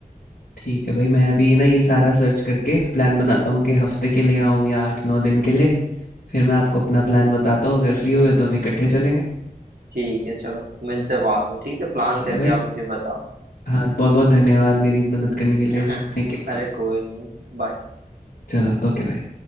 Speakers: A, on the left (about 80°); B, on the right (about 80°).
A: ठीक है भाई मैं अभी ना ये सारा सर्च करके प्लान बनाता हूँ कि हफ्ते के लिए आऊँ या आठ नौ दिन के लिए फिर मैं आपको अपना प्लान बताता हूँ
B: <laughs>
A: अगर
B: हम्म,
A: फ्री हुए
B: हम्म।
A: तो हम इकट्ठे चलेंगे
B: ठीक है चलो मिलते बाद में ठीक है प्लान
A: ठीक
B: करके
A: है भाई
B: आप मुझे बताओ
A: हाँ बहुत बहुत धन्यवाद मेरी मदद करने के लिए
B: <laughs>
A: Thank you
B: अरे
A: bro
B: कोई नहीं बाय
A: चलो ओके भाई